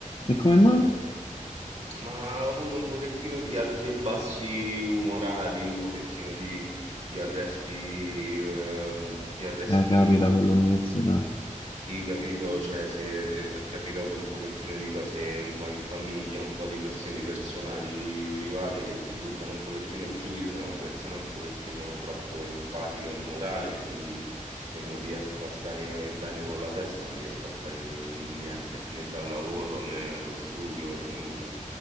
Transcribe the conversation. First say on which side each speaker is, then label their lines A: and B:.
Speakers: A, on the left; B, on the right.
A: E come
B: Eh,
A: mai?
B: adesso- Ma ha avuto un pochettino di alti e bassi umorali, un pochettino di, di arresti, ehm, di arresti,
A: Eh, capita con l'università.
B: sì, capito? Cioè, se, se è capitato un pochettino di cose un po' in famiglia, un po' di questioni personali, private che ti buttano un pochettino giù. Io sono una persona un pochettino troppo empatica e umorale, e quindi se non riesco a stare bene con la testa, non riesco a fare gnu- niente, né dal lavoro né allo studio, né nulla.